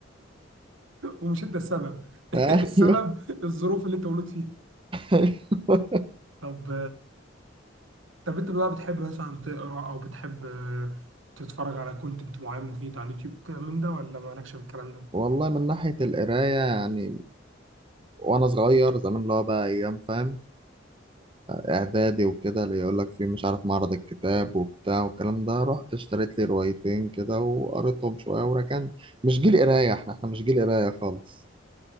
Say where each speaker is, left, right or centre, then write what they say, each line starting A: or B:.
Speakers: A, on the right; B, on the right.
A: ومش انت السبب <laughs>
B: <laughs>
A: السبب
B: أيوه
A: الظروف اللي انت مولود فيها
B: أيوه
A: طب طب انت بقى بتحب مثلا تقرا او بتحب تتفرج على كونتنت معين مفيد على اليوتيوب كده من ده ولا مالكش في الكلام ده؟
B: والله من ناحية القراية يعني وأنا صغير زمان اللي هو بقى أيام فاهم إعدادي وكده اللي يقول لك في مش عارف معرض الكتاب وبتاع والكلام ده رحت اشتريت لي روايتين كده وقريتهم شوية وركنت مش جيل قراية احنا احنا مش جيل قراية خالص